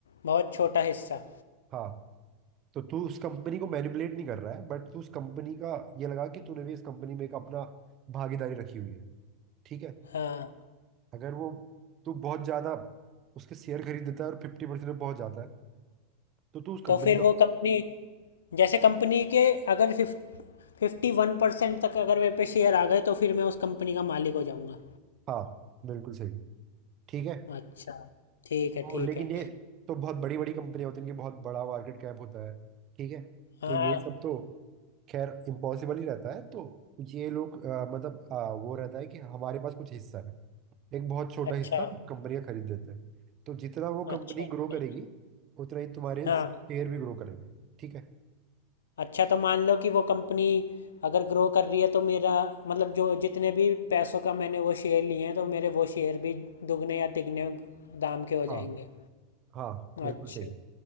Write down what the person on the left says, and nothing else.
बहुत छोटा हिस्सा
हाँ
तो फिर
वो कंपनी जैसे कंपनी के अगर फिफ फिफ्टी वन परसेंट तक अगर मेरे पे शेयर आ गए तो फिर मैं उस कंपनी का मालिक हो जाऊंगा
अच्छा ठीक है
ठीक
है
हाँ
अच्छा
अच्छा अच्छा
हाँ
अच्छा तो मान लो कि वो कंपनी अगर ग्रो कर रही है तो मेरा मतलब जो जितने भी पैसों का मैंने वो शेयर लिए हैं तो मेरे वो शेयर भी दुगने या तिगने दाम के हो
जाएंगे
अच्छा